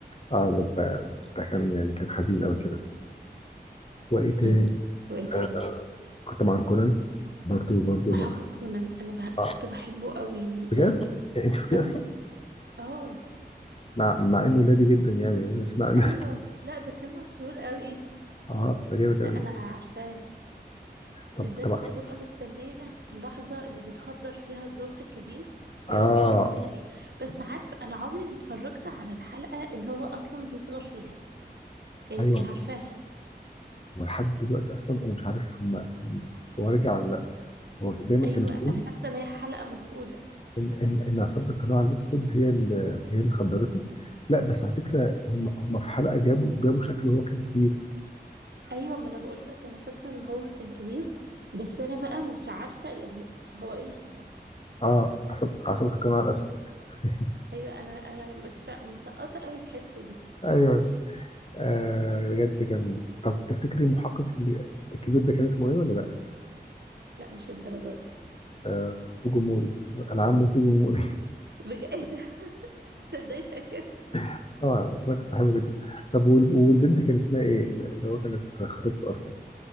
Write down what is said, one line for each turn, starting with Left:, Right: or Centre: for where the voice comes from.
Left: اه ده ده ده كان يعني كان حزين قوي كده وإيه تاني
Right: امم وايه تاني؟
Left: آه كنت مع كونان برضه برضه
Right: محقق كونان انا بح...
Left: اه
Right: كنت بحبه قوي
Left: بجد
Right: قوي
Left: إيه، انت شفتيه
Right: قوي
Left: اصلا
Right: اه
Left: مع مع انه لادي جدا يعني مش معنى
Right: ايوه
Left: <laughs>
Right: بس لا ده كان مشهور قوي
Left: اه ده جامد
Right: لا
Left: قوي
Right: انا عارفاه بالذات
Left: طب طبعا
Right: كنت ببقى مستنيه في اللحظه اللي بيخدر فيها الضابط الكبير
Left: اه
Right: ويقعد يتكلم فيها بس عارف انا عمري ما اتفرجت على الحلقه اللي هو اصلا بيصغر فيها يعني
Left: ايوه
Right: مش عارفاها
Left: ولحد دلوقتي اصلا انا مش عارف هم هم هو رجع ولا لا هو دايما
Right: ايوه
Left: كانوا بيقولوا
Right: انا حاسه ان هي حلقه مفقوده
Left: ان ان ان عصابه القناع الاسود هي اللي هي اللي خدرته لا بس على فكره هم هم في حلقه جابوا جابوا شكله هو كان كبير
Right: ايوه ما انا بقول لك انا فاكره ان هو كان كبير بس انا بقى مش عارفه يعني هو ايه اللي حصل
Left: اه عصابه عصابه القناع الاسود <laughs>
Right: ايوه انا انا مش فا... مسقطه قوي الحته دي
Left: ايوه آه بجد كان طب تفتكري المحقق اللي- الكبير ده كان اسمه ايه ولا لا؟
Right: لا مش للدرجه دي
Left: آه توجو موري انا عمه توجو موري
Right: بجد ايه ده انت ازاي فاكر
Left: <laughs> طبعا بس انا كنت بحبه جدا طب وال- والبنت
Right: اه
Left: كان اسمها ايه اللي هو كانت خطيبته اصلا